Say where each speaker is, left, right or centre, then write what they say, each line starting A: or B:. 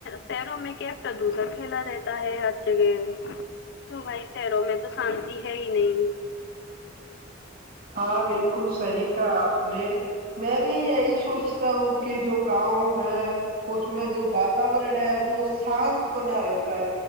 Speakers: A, on the left (about 60°); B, on the right (about 50°).
A: شہروں میں کیا پردوشن پھیلا رہتا ہے ہر جگہ تو بھائی شہروں میں تو شانتی ہے ہے ہی نہیں
B: ہاں بالکل صحیح کہا آپ نے میں بھی یہی سوچتا ہوں کہ جو گاؤں ہے اس میں جو واتورن ہے وہ شانت بنا رہتا ہے